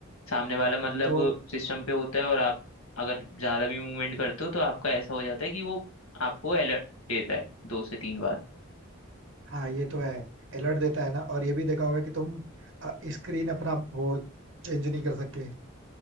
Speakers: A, on the left; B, on the right.
A: सामने वाला मतलब
B: तो
A: सिस्टम पे होता है और आप अगर ज़्यादा भी मूवमेंट करते हो तो आपका ऐसा हो जाता है कि वो आपको अलर्ट देता है दो से तीन बार
B: हाँ ये तो है अलर्ट देता है ना और ये भी देखा होगा कि तुम स्क्रीन अपना वो चेंज नहीं कर सकते